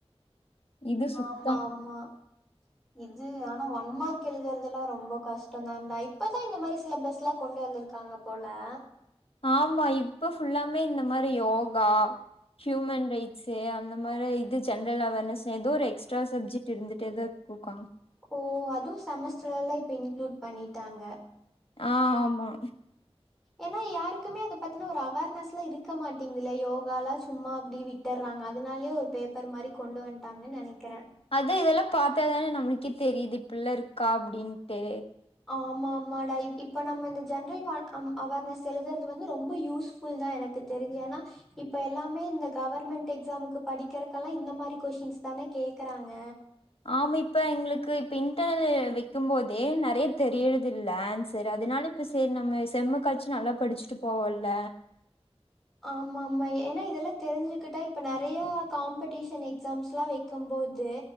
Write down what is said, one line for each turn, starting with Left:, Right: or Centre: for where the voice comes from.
Left: இது சுத்தம்
Centre: ஆமா ஆமா இது ஆனா ஒன்மார்க் கெழுதுறதுலா ரொம்ப கஷ்டந்தா டா இப்பதா இந்த மாரி சிலபஸ்லா கொண்டு வந்துருக்காங்க போல
Left: ஆமா இப்ப ஃபுல்லாமே இந்த மாரி யோகா ஹியூமன் ரைட்ஸு அந்த மாரி இது ஜென்ரல் அவேர்னஸ் எதோ ஒரு எக்ஸ்ட்ரா சப்ஜெக்ட் இருந்துட்டேதா இருக்கு கா
Centre: ஓ அதா செமஸ்டர்லா இப்ப இன்க்ளூட் பண்ணிட்டாங்க
Left: ஆஹ் ஆமா
Centre: ஏனா யாருக்குமே அத பத்தினா ஒரு அவேர்னஸ்லா இருக்க மாட்டேங்குதுல்ல யோகாலா சும்மா அப்டி விட்டர்றாங்க அதனாலே ஒரு பேப்பர் மாரி கொண்டு வன்ட்டாங்கன் நெனைக்கிறே
Left: அது இதெல்லா பாத்தாதானே நம்மளுக்கே தெரியுது இப்புட்லா இருக்கா அப்டின்ட்டு
Centre: ஆமா ஆமா டா இப்ப நம்ம இந்த ஜென்ரல் அ அவ் அவேர்னஸ் எழுதுறது வந்து ரொம்ப யூஸ்ஃபுல் தா எனக்கு தெரிஞ்சு ஆனா இப்ப எல்லாமே இந்த கவர்மெண்ட் எக்ஸாமுக்கு படிக்கிறக்கெல்லா இந்த மாரி கொஷின்ஸ் தானே கேக்குறாங்க
Left: ஆமா இப்ப எங்களுக்கு இப்ப இன்டெர்னல் வைக் கும்போது நெறைய தெரியறதில் நான் சேரி அதனால இப்ப சேரி நம்ம செம்முக்காச்சு நல்லா படிச்சுட்டு போவோல்ல
Centre: ஆமா ஆமா ஏனா இதெல்லா தெரிஞ்சு கிட்டா இப்ப நெறையா காம்படீஷன் எக்ஸாம்ஸ்லா வெக்கம்போது